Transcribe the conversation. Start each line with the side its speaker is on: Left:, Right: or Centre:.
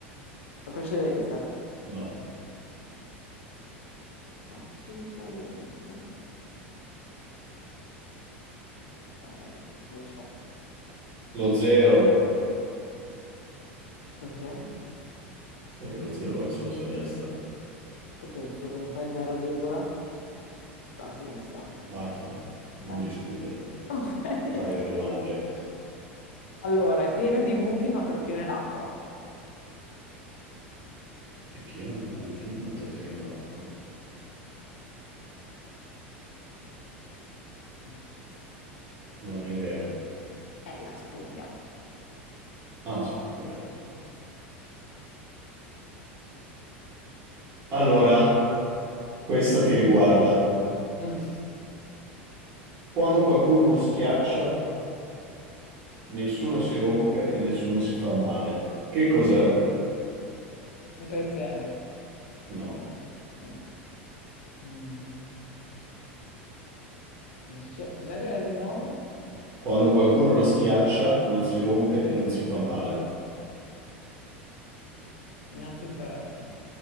Left: La precedenza.
Right: No.
Left: Vai, Sinistra, destra. Eh, non lo so.
Right: Lo zero.
Left: Perché?
Right: Perché lo zero vale solo se a destra.
Left: Perché su- quando fai 0, virgola, sta a sinistra.
Right: Marta, non
Left: Eh.
Right: discutere.
Left: <laughs> Ok.
Right: Dai le domande.
Left: Allora, è pieno di buchi ma trattiene l'acqua.
Right: È piena di buchi, ma trattiene l'acqua.
Left: Non la sai.
Right: Non ho idea.
Left: È la spugna.
Right: Ah, sì, è vero. Allora, questa ti riguarda.
Left: Mm,
Right: Quando qualcuno lo schiaccia, nessuno si rompe e nessuno si fa male. Che cos'è?
Left: Un pensiero.
Right: No.
Left: Mm. Mm. Nesso- Cos'è che è di nuovo?
Right: Quando qualcuno la schiaccia, non si rompe e non si fa male.
Left: Un antistress.